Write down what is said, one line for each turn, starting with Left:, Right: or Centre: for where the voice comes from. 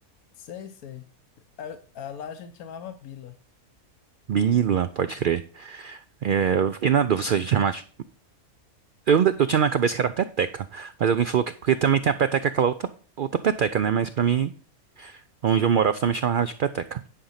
Left: Sei, sei. A, a lá a gente chamava Bila.
Right: Bila, pode crer. É, eu fiquei na dúvida se a gente chamasse. Eu, eu tinha na cabeça que era peteca, mas alguém falou que. Porque também tem a peteca, aquela outra, outra peteca, né? Mas pra mim, onde eu morava, também chamava de peteca.